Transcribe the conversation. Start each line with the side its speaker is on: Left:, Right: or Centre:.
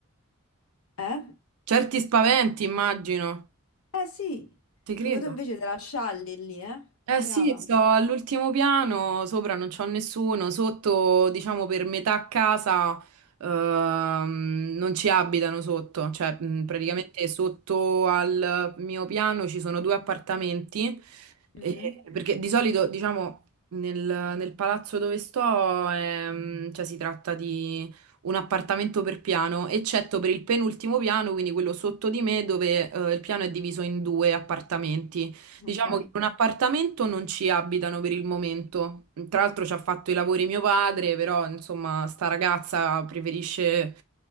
Left: eh?
Right: certi spaventi, immagino.
Left: Eh sì,
Right: Ti credo.
Left: dico tu invece te la scialli lì, eh?
Right: Eh
Left: Brava.
Right: sì, sto all'ultimo piano, sopra non c'ho nessuno, sotto, diciamo, per metà casa ehm, non ci abitano sotto, cioè mh, praticamente
Left: Mm.
Right: sotto al mio piano ci sono due appartamenti, eh,
Left: Mhm.
Right: perché di solito, diciamo, nel, nel palazzo dove sto, ehm, cioè, si tratta di un appartamento per piano, eccetto per il penultimo piano, quindi quello sotto di me, dove eh, il piano è diviso in due appartamenti.
Left: Ok.
Right: Diciamo che in un appartamento non ci abitano per il momento. Tra l'altro ci ha fatto i lavori mio padre, però insomma sta ragazza preferisce